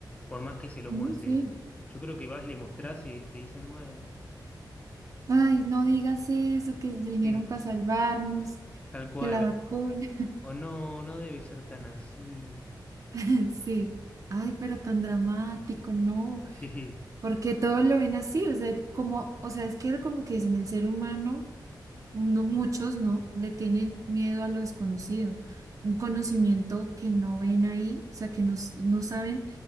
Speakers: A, on the left; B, on the right.
A: por más que se lo
B: Mm,
A: muestres.
B: sí.
A: Yo creo que vas, le mostrás y te dicen, bueno,
B: Ay, no digas eso, que vinieron
A: sí,
B: para salvarnos,
A: tal cual.
B: que la vacuna.
A: O no, no debe ser tan así.
B: <laughs> Sí. Ay, pero tan dramático, no.
A: <laughs> Jeje.
B: Porque todo lo ven así, o sea, como, o sea, es que era como que dicen el ser humano. No, muchos no, le tienen miedo a lo desconocido, un conocimiento que no ven ahí, o sea, que no, s- no saben,